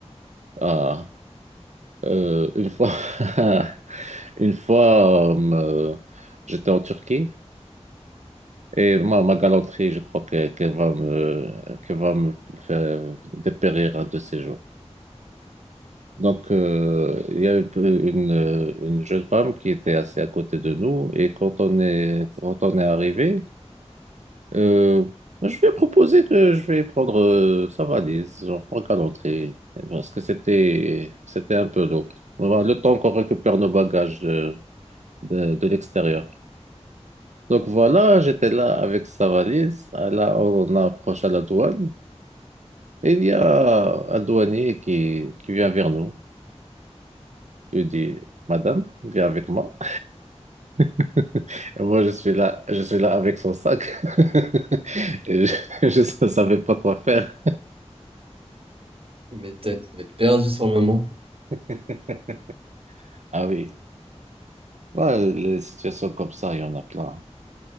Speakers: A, on the right; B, on the right.
A: Ah, euh, une fois, <laughs> une fois euh, j'étais en Turquie. Et ma, ma galanterie, je crois que- qu'elle va me, qu'elle va me faire dépérir un de ces jours. Donc, euh, il y a une, une, euh, une jeune femme qui était assise à côté de nous et quand on est, quand on est arrivé, euh, je lui ai proposé que je vais prendre euh, sa valise, genre pour galanterie, parce que c'était, c'était un peu lourd. Voilà, le temps qu'on récupère nos bagages de, de, de l'extérieur. Donc voilà, j'étais là avec sa valise. Ah, Là, on approche à la douane. Et Il y a un douanier qui, qui vient vers nous. Il dit, Madame, viens avec moi. <laughs> Et moi, je suis là, je suis là avec son sac. <laughs> Et je ne savais pas quoi faire.
B: Mais t'as, tu devais être perdu sur le moment.
A: <laughs> Ah oui. Ouais, les situations comme ça, il y en a plein.